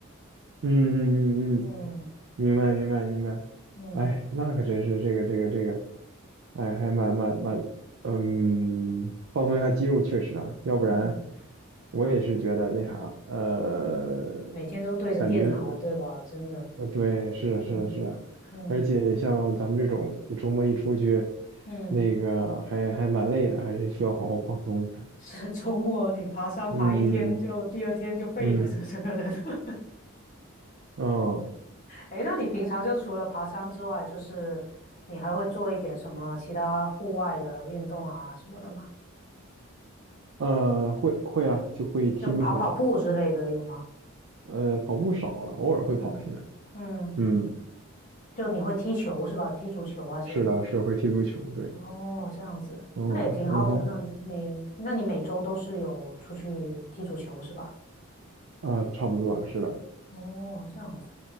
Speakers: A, on the right; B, on the left.
A: 嗯嗯嗯嗯，
B: 嗯
A: 嗯明白明白明白。
B: 嗯
A: 哎，那可真是这个这个这个，哎，还蛮蛮蛮，嗯，放松一下肌肉确实啊，要不然
B: 嗯，
A: 我也是觉得那啥，呃，
B: 每天都对着电脑，
A: 感觉
B: 对吧？真的。
A: 呃，对，是啊是啊是啊，
B: 嗯嗯
A: 而且像咱们这种周末一出去，
B: 嗯，
A: 那个还还蛮累的，还是需要好好放松一下。
B: 是 <laughs> 周末你爬山爬一天就第二天就废了，
A: 嗯嗯
B: 这整个人。<laughs>
A: 嗯
B: 哎那你平常就除了爬山之外，就是你还会做一点什么其他户外的运动啊什么的吗？
A: 嗯，会会啊，就会踢足球，
B: 就跑跑步之类的有吗？
A: 呃，跑步少了，偶尔会跑起来。
B: 嗯嗯，
A: 嗯，
B: 就你会踢球是吧？踢足球还是？
A: 是的，是会踢足球，对，
B: 哦，这样子，
A: 嗯嗯哼。
B: 那也挺好的。那你每那你每周都是有出去踢足球是吧？
A: 啊，差不多是的。
B: 哦，这样子。